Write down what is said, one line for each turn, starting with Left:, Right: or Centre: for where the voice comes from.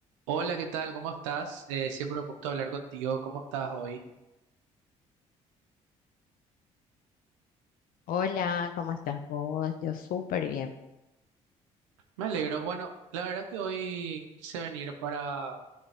Right: Hola, ¿qué tal? ¿Cómo estás? Eh, siempre un gusto hablar contigo. ¿Cómo estás hoy?
Left: Hola, ¿cómo estás vos? Yo súper bien.
Right: Me alegro. Bueno, la verdad que hoy quise venir para